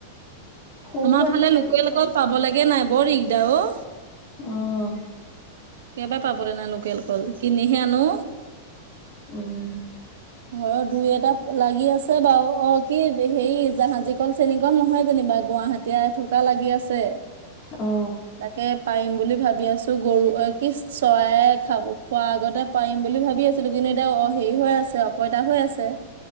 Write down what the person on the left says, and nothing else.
সৰু
হৈ
আছে
কিছুমান
অঁ।
উম।
অ